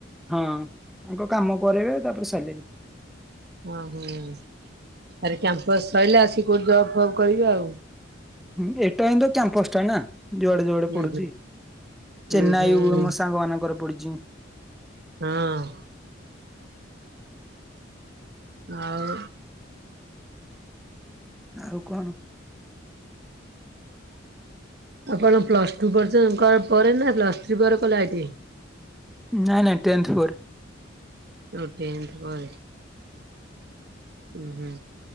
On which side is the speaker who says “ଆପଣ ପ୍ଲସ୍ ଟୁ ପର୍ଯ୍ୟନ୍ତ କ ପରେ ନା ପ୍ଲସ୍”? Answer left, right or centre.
Right